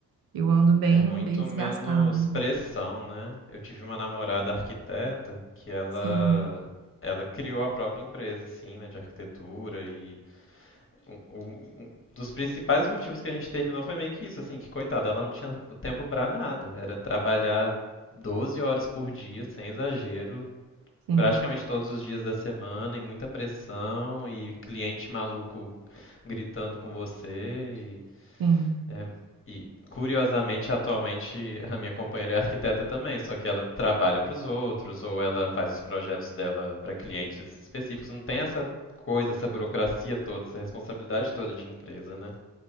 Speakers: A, on the right; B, on the left.
A: Eu ando bem,
B: É muito
A: bem desgastada.
B: menos pressão, né? Eu tive uma namorada arquiteta que ela
A: Sim,
B: ela criou a própria empresa, assim, né, de arquitetura e um, um- um dos principais motivos que a gente terminou foi meio que isso, assim, que coitada, ela não tinha tempo pra nada, era trabalhar 12 horas por dia, sem exagero,
A: sim,
B: praticamente todos os dias da semana, e muita pressão e cliente maluco gritando com você
A: sim.
B: é, e curiosamente, atualmente, <laughs> a minha companheira é arquiteta também, só que ela trabalha para os outros ou ela faz os projetos dela para clientes específicos. Não tem essa coisa, essa burocracia toda, essa responsabilidade toda de empresa, né?